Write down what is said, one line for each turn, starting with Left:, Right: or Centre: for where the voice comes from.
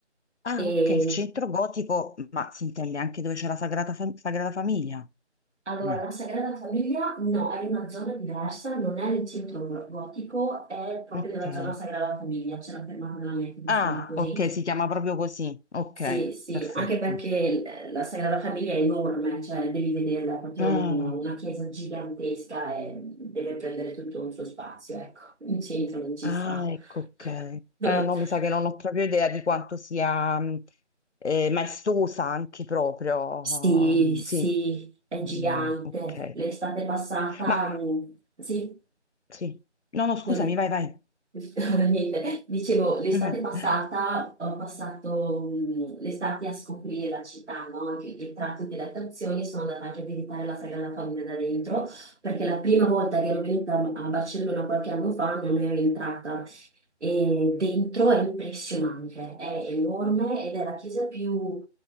Left: Ah,
Right: E,
Left: ok, il centro gotico, ma si intende anche dove c'è la Sagrada, Fam- Sagrada Famiglia?
Right: allora,
Left: No,
Right: la Sagrada Famiglia no, è in una zona diversa, non è nel centro gotico, è proprio
Left: ok.
Right: nella zona Sagrada Famiglia, c'è una fermata della metro che
Left: Ah,
Right: si chiama così
Left: ok, si chiama proprio così. Ok,
Right: Sì, sì,
Left: perfetto.
Right: anche perché l- la Sagrada Famiglia è enorme, cioè devi vederla, è proprio
Left: Ah,
Right: un- una chiesa gigantesca e deve prendere tutto un suo spazio, ecco, in centro non ci
Left: ah,
Right: sta.
Left: ecco, ok.
Right: <laughs>
Left: Eh, no, mi sa che non ho proprio idea di quanto sia mh, eh, maestosa anche proprio.
Right: Sì, sì,
Left: ehm, sì,
Right: è gigante.
Left: Mm, ok.
Right: L'estate passata,
Left: Ma
Right: mm, sì,
Left: sì, no, no, scusami,
Right: Non è-
Left: vai, vai.
Right: <laughs> Niente, dicevo, l'estate
Left: <laughs>
Right: passata ho passato mm, l'estate a scoprire la città, no? Anche I tratti delle attrazioni, sono andata anche a visitare la Sagrada Famiglia da dentro, perché la prima volta che ero venuta a Barcellona qualche anno fa non ero entrata. E dentro è impressionante, è enorme ed è la chiesa più